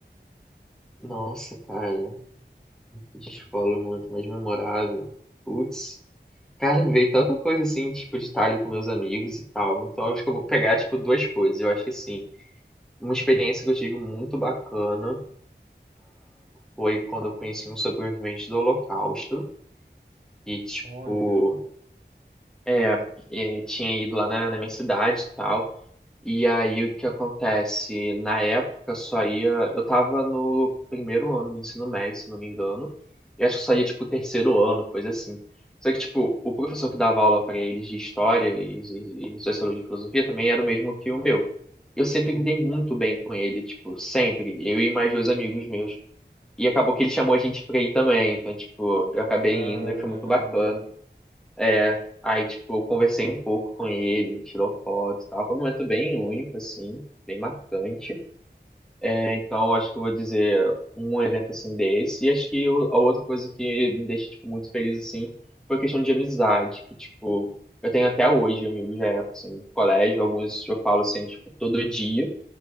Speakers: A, in the centre; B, on the right.
A: Nossa, cara, época de escola, um momento mais memorável. Putz, cara, me veio tanta coisa assim, tipo, de estar ali com meus amigos e tal. Então, eu acho que eu vou pegar, tipo, duas coisas. Eu acho que, assim, uma experiência que eu tive muito bacana foi quando eu conheci um sobrevivente do Holocausto, que, tipo,
B: Olha, cara.
A: é, é, tinha ido lá na, na minha cidade e tal. E aí o que acontece? Na época só ia. Eu tava no primeiro ano do ensino médio, se não me engano. E acho que só ia tipo terceiro ano, coisa assim. Só que, tipo, o professor que dava aula pra eles de história e, e, e sociologia e filosofia também era o mesmo que o meu. Eu sempre
B: Uhum.
A: me dei muito bem com ele, tipo, sempre. Eu e mais dois amigos meus. E acabou que ele chamou a gente pra ir também. Então, tipo, eu acabei
B: Caramba.
A: indo e foi muito bacana. É, aí, tipo, eu conversei um pouco com ele, a gente tirou foto e tal. Foi um momento bem único, assim, bem marcante. É, então, acho que eu vou dizer um evento, assim, desse. E acho que o- a outra coisa que me deixa, tipo, muito feliz, assim, foi a questão de amizade, que, tipo, eu tenho até hoje amigos da época, assim, do colégio. Alguns eu falo, assim, tipo, todo dia.